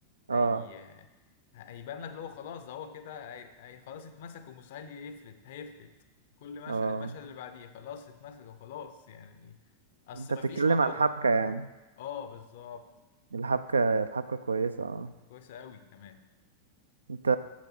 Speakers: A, on the right; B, on the left.
A: اه
B: هي هيبان لك اللي هو خلاص ده هو كده هي... هي خلاص اتمسك ومستحيل يفلت هيفلت كل
A: اه
B: مشهد المشهد اللي بعديه خلاص اتمسك وخلاص يعني اصل
A: انت بتتكلم
B: ما فيش مفر
A: على الحبكه يعني
B: اه بالظبط
A: الحبكه الحبكه كويسه اه
B: حبكة كويسة قوي كمان
A: انت